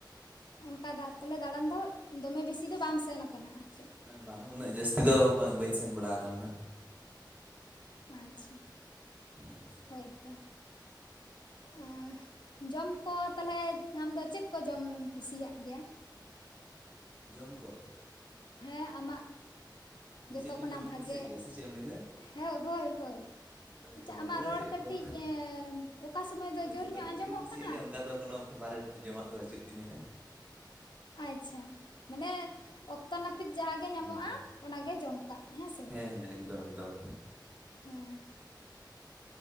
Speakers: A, on the left (about 70°); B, on the right (about 20°).
A: ᱚᱱᱠᱟ ᱫᱟ ᱛᱟᱦᱚᱞᱮ ᱫᱟᱬᱟᱱ ᱫᱚ ᱫᱚᱢᱮ ᱵᱤᱥᱤ ᱫᱚ ᱵᱟᱢ ᱥᱮᱱ ᱟᱠᱟᱱᱟ ᱟᱨᱠᱤ
B: ᱵᱟᱝ ᱩᱱᱟᱹᱜ ᱡᱟᱹᱥᱛᱤ ᱫᱚ ᱵᱟᱹᱧ ᱥᱮᱱ ᱵᱟᱲᱟ ᱟᱠᱟᱱᱟ ᱱᱟᱸᱜ
A: ᱟᱪᱷᱟ
B: ᱦᱩᱸ,
A: ᱦᱳᱭ ᱛᱚ ᱟᱜ ᱮᱸᱦ ᱡᱚᱢ ᱠᱚ ᱛᱟᱦᱚᱞᱮ ᱟᱢ ᱫᱚ ᱪᱮᱫ ᱠᱚ ᱡᱚᱢ ᱮᱢ ᱠᱩᱥᱤᱭᱟᱜ ᱜᱮᱭᱟ?
B: ᱡᱚᱢ ᱠᱚᱢ
A: ᱦᱮᱸ ᱟᱢᱟᱜ
B: ᱢᱟᱱᱮ
A: ᱡᱚᱛᱚ
B: ᱪᱮᱫ ᱠᱚᱧ
A: ᱠᱷᱚᱱᱟᱜ
B: ᱡᱚᱢᱤᱧ
A: ᱵᱷᱟᱜᱮ
B: ᱠᱩᱥᱤᱭᱟᱜ ᱜᱮᱭᱟ ᱥᱮ ᱪᱮᱫ ᱮᱢ ᱞᱟᱹᱭ ᱠᱮᱫᱟ
A: ᱦᱮ ᱦᱚᱭ ᱦᱚᱭ
B: ᱮ,
A: ᱟᱪᱪᱷᱟ
B: ᱡᱚᱢ
A: ᱟᱢᱟᱜ
B: ᱠᱚᱫᱚ
A: ᱨᱚᱲ
B: ᱪᱮᱫ
A: ᱠᱟᱹᱴᱤᱡ
B: ᱠᱚ
A: ᱮᱸ ᱚᱠᱟ ᱥᱚᱢᱚᱭ ᱫᱚ ᱡᱳᱨ
B: ᱡᱚᱛᱚ
A: ᱧᱚᱜ
B: ᱠᱤᱪᱷᱩᱧ
A: ᱟᱸᱡᱚᱢᱚᱜ
B: ᱠᱩᱥᱤᱭᱟᱜ
A: ᱠᱟᱱᱟ,
B: ᱜᱮᱭᱟ ᱚᱱᱠᱟ ᱫᱚ ᱠᱳᱱᱳ ᱯᱷᱮᱵᱟᱨᱮᱴ ᱡᱚᱢᱟᱜ ᱫᱚ ᱵᱟᱹᱪᱩᱜ ᱛᱤᱧᱟᱹ᱾
A: ᱟᱪᱪᱷᱟ ᱢᱟᱱᱮ ᱚᱠᱛᱚ ᱱᱟᱹᱯᱤᱛ ᱡᱟᱦᱟᱸ ᱜᱮ ᱧᱟᱢᱚᱜᱼᱟ
B: ᱦᱩᱸ,
A: ᱚᱱᱟ ᱜᱮ ᱡᱚᱢ ᱠᱟᱜ ᱢᱮ ᱦᱮᱸ ᱥᱮ ᱵᱟᱝ
B: ᱦᱮᱸ ᱮᱠᱫᱚᱢ ᱮᱠᱫᱚᱢ᱾
A: ᱦᱮᱸ